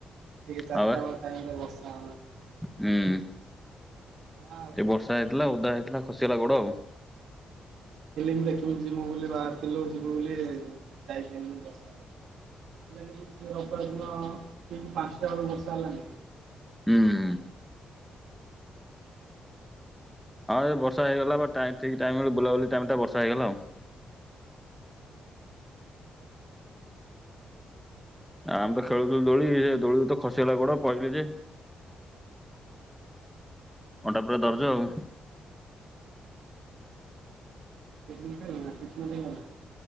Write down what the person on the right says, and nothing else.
ଠିକେ ଚାରଟ
ବଳେ ଟାଇମରେ ବସି ହ
ଆ
ଫମ ଦେଖିବି ଯିବୁ ବୋଲି ବାଲ ଯିବୁ ବୋଲି ଯାଇପାରିଲି ବର୍ଷାରୋନ କି ରବିବାର ଦିନ ଠ ପାଞ୍ଚଟା ବେଳକୁ ବର୍ଷା ହେଲାନି
ଖତ ଦେଲା